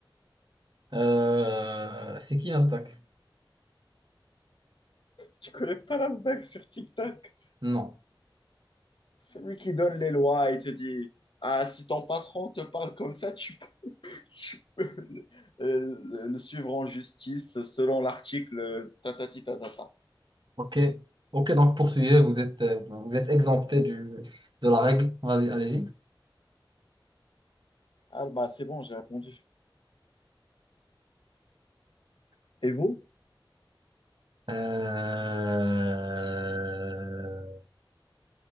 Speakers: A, on the right; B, on the left.
A: Euh, c'est qui Nasdaq?
B: Tu connais pas Nasdaq sur TikTok?
A: Non.
B: Celui qui donne les lois et te dit, ah, si ton patron te parle comme ça, tu, peux <laughs> tu peux le, euh, le suivre en justice selon l'article tatati tatata.
A: Ok, ok. Donc poursuivez. Vous êtes, euh, vous êtes exempté du, de la règle. Vas-y, allez-y.
B: Ah bah c'est bon, j'ai répondu. Et vous?
A: Euh,